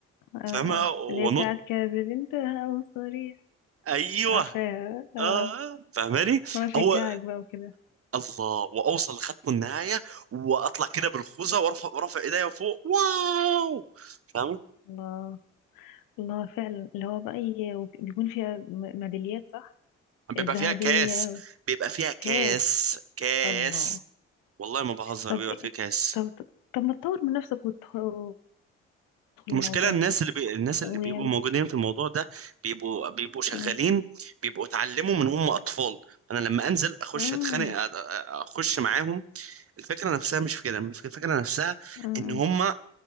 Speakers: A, on the left; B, on the right.
A: آه
B: فاهمه
A: آه.
B: وانط
A: اللي هي بتاعت كذب انتهى وصريح
B: ايوه
A: عارفاها آه
B: آه فاهماني
A: وانا اشجعك
B: هو
A: بقى وكده
B: الله واوصل لخط النهايه واطلع كده بالخوذه وارفع رافع ايديا فوق واو فاهم
A: الله الله فعلا اللي هو بقى ي- وب- بيكون فيها م- ميداليات صح
B: بيبقى
A: الذهبية
B: فيها كاس بيبقى فيها كاس
A: والكاس
B: كاس
A: الله
B: والله ما بهزر
A: طب
B: بيبقى فيه كاس
A: طب طب, طب ما تطور من نفسك وتدخل وتدخل الموضوع
B: المشكله الناس
A: ده
B: اللي بي... الناس
A: ويعني
B: اللي بيبقوا موجودين في الموضوع ده بيبقوا بيبقوا شغالين
A: امم
B: بيبقوا اتعلموا من هم اطفال انا لما انزل اخش
A: امم
B: اتخانق أ- أ- اخش معاهم الفكرة نفسها مش في كده الفك- الفكرة نفسها
A: امم
B: ان هم